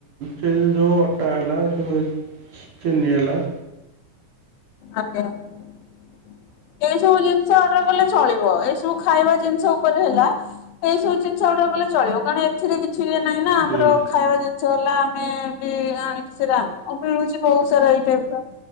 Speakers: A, on the right; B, on the left.
A: ସେ ଯୋଉ ଅଟା ହେଲା ସେ ଚିନି ହେଲା।
B: ଆଜ୍ଞା ଏ ସବୁ ଜିନଷ ଅର୍ଡର କଲେ ଚଳିବ ଏସବୁ ଖାଇବା ଜିନିଷ ଉପରେ ହେଲା। ଏଇ ସବୁ ଜିନିଷ ଅର୍ଡର କଲେ ଚଳିବ କାରଣ ଏଥିରେ କିଛି ଇଏ ନାହିଁ
A: ହଁ
B: ନାଁ ଆମର ଖାଇବା ଜିନିଷ ହେଲା ଆମେ। ଆଣିକି ସେରା <unintelligible> ବିୁଛି ବହୁତ ସାରା ଏଇ ଟାଇପ ର